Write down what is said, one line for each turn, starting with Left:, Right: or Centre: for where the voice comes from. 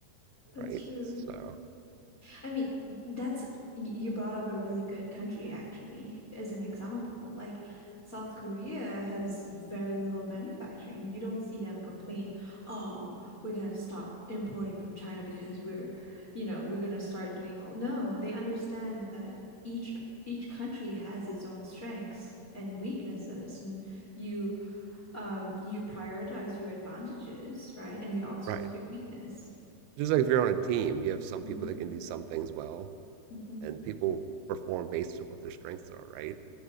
Left: that's
Right: right?
Left: true.
Right: So,
Left: I mean, that's you brought up a really good country actually as an example. Like South Korea has very little manufacturing. You don't see them complain, "Oh, we're gonna stop importing from China because we're, you know, we're gonna start doing all." No, they understand that each each country has its own strengths and weaknesses, and you um you prioritize your advantages, right? And you outsource
Right: right.
Left: your weakness.
Right: Just like if you're on a team, you have some
Left: Mhm.
Right: people that can do some things well,
Left: hmm
Right: and people perform based on what their strengths are, right?